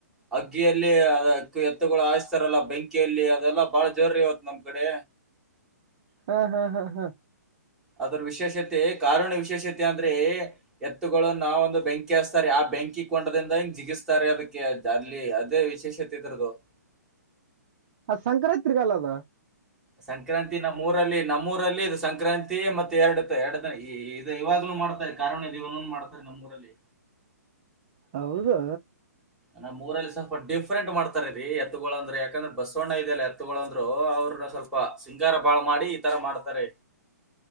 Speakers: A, in the centre; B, on the right (about 35°).
A: ಅಗ್ಗಿಯಲ್ಲಿ ಎತ್ತುಗಳು ಹಾಯಸ್ತಾರಲ್ಲ ಬೆಂಕಿಯಲ್ಲಿ ಅದೆಲ್ಲಾ ಬಾಳ ಜೋರ ಯಾವತ್ ನಮ್ ಕಡೆ
B: ಹಾ ಹಾ ಹಾ ಹಾ
A: ಅದ್ರ ವಿಶೇಷತೆ ಕಾರಣ ವಿಶೇಷತೆ ಅಂದ್ರೆ ಎತ್ತುಗಳ ನಾವ ಒಂದು ಬೆಂಕಿ ಹಸ್ತಾರೆ ಯ ಬೆಂಕಿ ಕೊಂಡದಿಂದ ಹೆಿಂಗ ಜಿಗಿಸ್ತಾರೆ ಅದಕ್ಕೆ ಅಲ್ಲಿ ಅದೇ ವಿಶೇಷತೆ ಇದ್ರದು <inaudible>
B: ಅ ಸಂಕ್ರಾಂತರಿಗಾಲ ಅದ
A: ಸಂಕ್ರಾಂತಿ ನಮ್ಮ್ೂರಲ್ಲಿ ನಮ್ಮೂರಲ್ಲಿ ಇ ಸಂಕ್ರಾಂತಿ ಮತ್ತೆ ಎರಡು ಎರಡು ಈ ಇವಾಗ್ಲೂ ಮಾಡ್ತಾರೆ ಕಾರಣ ದೇವನ ಮಾಡ್ತಾರೆ ನಮ್ಮ್ ಊರಲ್ಲಿ
B: ಹೌದು
A: ನಾ ಮೂರಲ್ಲಿ ಸ್ವಲ್ಪ ಡಿಫ್ರೆಂಟ್ ಮಾಡ್ತಾರ ರೀ ಎತ್ತುಗಳು ಅಂದ್ರೆ ಯಾಕಂದ್ರೆ ಬಸವಣ್ಣ ಇದದೆಲ್ಲ ಎತ್ತುಗಳಂದ್ರು ಅವ್ರರು ಸ್ವಲ್ಪ ಸಿಂಗಾರ ಬಾಳ ಮಾಡಿ ಈ ತರ ಮಾಡ್ತಾರೆ